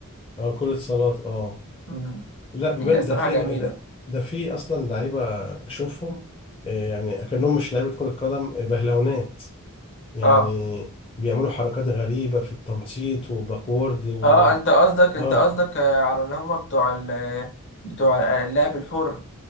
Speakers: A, on the left; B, on the left.
A: اه كرة صالات اه
B: مم.
A: لا بيبان
B: هي الصراحة
A: ده في
B: جميلة
A: ده, ده في اصلا لعيبة بشوفهم آه، يعني اكنهم مش لعيبة كرة قدم آه، بهلونات يعني
B: اه
A: بيعملوا حركات غريبة في التنطيط وباكورد و...
B: اه انت قصدك
A: اه
B: انت قصدك آه، على اللي هم بتوع ال بتوع اللعب الحر